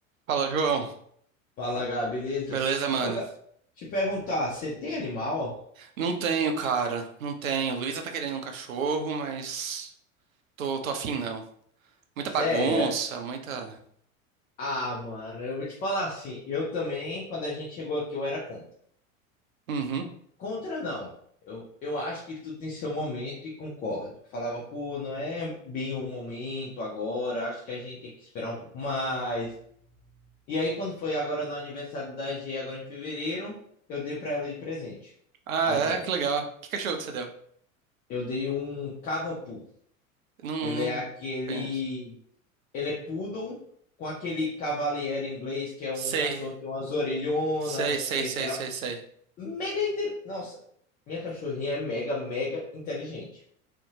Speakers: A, on the right; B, on the left.
A: Fala, João.
B: Fala, Gá, beleza?
A: Beleza, mano?
B: Ô, Gá, Te perguntar, você tem animal?
A: Não tenho, cara. Não tenho. Luísa tá querendo um cachorro, mas tô, tô afim, não. Muita
B: sério,
A: bagunça,
B: é-
A: muita.
B: ah, mano, eu vou te falar assim, eu também, quando a gente chegou aqui, eu era contra.
A: Uhum.
B: Contra não, eu, eu acho que tudo tem seu momento e concordo. Falava, pô, não é bem o momento agora, acho que a gente tem que esperar um pouco mais. E aí, quando foi agora no aniversário da G, agora em fevereiro, eu dei pra ela de presente,
A: Ah,
B: a
A: é?
B: Jé.
A: Que legal. Que cachorro que você deu?
B: Eu dei um cavapu,
A: Não,
B: ele
A: não
B: é aquele
A: conheço.
B: Ele é poodle com aquele cavaleiro inglês que é um
A: Sei.
B: cachorro que tem umas orelhonas,
A: Sei, sei,
B: que é
A: sei,
B: geral.
A: sei, sei.
B: Mega inte... Nossa, minha cachorrinha é mega, mega inteligente.